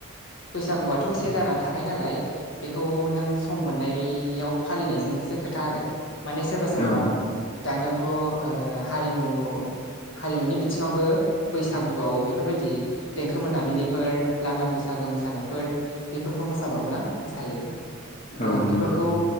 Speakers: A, on the left; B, on the left.
A: बैसागुआथ' से दानानो थाखायो नालाय बेखौ नों सम मोननाय बेयाव फालिनायजोंसो खोथा आरो माने सोरबा सोरबा
B: औ
A: दानियावथ' ओ हारिमु हारिमुनि बिथिङावबो बैसागुआव बेफोरबायदि देंखो मोनाबिलि फोर लांदां बैसागो मोसानायफोर बेफोरखौ मोसाबावोना मोसायो ओ
B: औ
A: बेफोरखौ
B: नंगौ